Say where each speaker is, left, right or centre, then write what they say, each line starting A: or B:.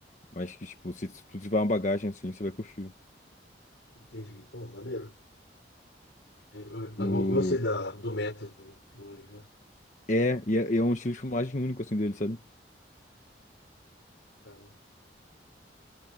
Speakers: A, on the left; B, on the left.
A: Mas que, tipo, se tu tiver uma bagagem assim, você vai curtir.
B: Entendi. Pô, maneiro. Eu, eu, eu
A: O...
B: go- gostei da, do método, né? Hoje,
A: É, e é, e é um estilo de filmagem único, assim, dele, sabe?
B: Cara.